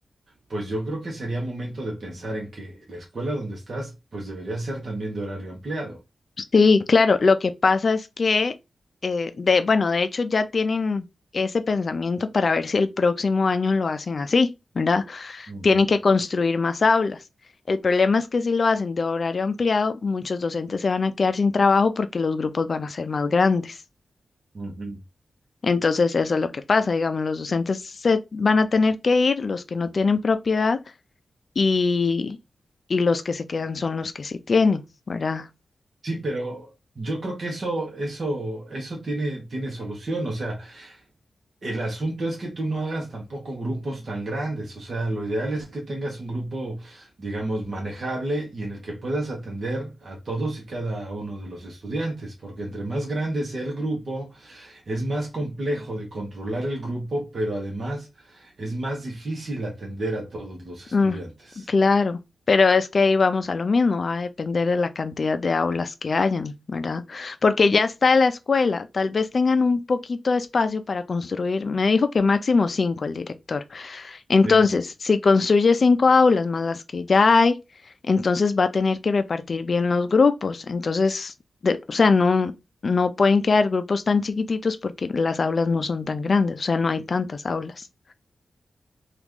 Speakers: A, on the right; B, on the left.
A: pues yo creo que sería momento de pensar en que la escuela donde estás, pues debería ser también de horario ampliado.
B: Sí, claro, lo que pasa es que, eh, de, bueno, de hecho ya tienen ese pensamiento para ver si el próximo año lo hacen así, ¿verdad?
A: Ujú,
B: Tienen que construir más aulas. El problema es que si lo hacen de horario ampliado, muchos docentes se van a quedar sin trabajo porque los grupos van a ser más grandes.
A: ujú.
B: Entonces, eso es lo que pasa, digamos, los docentes se van a tener que ir, los que no tienen propiedad y, y los que se quedan son los que sí tienen, ¿verdad?
A: Sí, pero yo creo que eso, eso, eso tiene, tiene solución. O sea, El asunto es que tú no hagas tampoco grupos tan grandes, o sea, lo ideal es que tengas un grupo, digamos, manejable y en el que puedas atender a todos y cada uno de los estudiantes, porque entre más grande sea el grupo, es más complejo de controlar el grupo, pero además es más difícil atender a todos los estudiantes.
B: Mm, claro, pero es que ahí vamos a lo mismo, va a depender de la cantidad de aulas que hayan, ¿verdad? Porque ya está la escuela, tal vez tengan un poquito de espacio para construir, me dijo que máximo cinco el director. Entonces,
A: Sí.
B: si construye cinco aulas más las que ya hay, entonces va a tener que repartir bien los grupos. Entonces, de- o sea, no, no pueden quedar grupos tan chiquititos porque las aulas no son tan grandes, o sea, no hay tantas aulas.